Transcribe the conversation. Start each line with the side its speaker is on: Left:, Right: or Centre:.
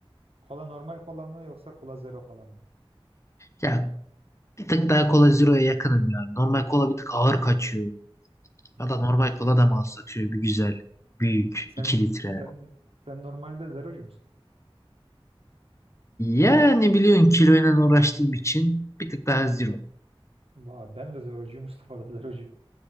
Right: Kola normal kola mı yoksa kola zero falan mı?
Left: Ya Bir tık daha Cola Zero'ya yakınım yani. Normal kola bir tık ağır kaçıyor.
Right: Ha.
Left: Ya da normal kola da mı alsak şöyle bir güzel, büyük,
Right: Sen
Left: iki litre.
Right: sen sen normalde zerocu musun?
Left: Yani biliyorsun kiloyla uğraştığım için bir tık daha Zero.
Right: Vay, ben de zerocuyum. <laughs> Mustafa da zerocu.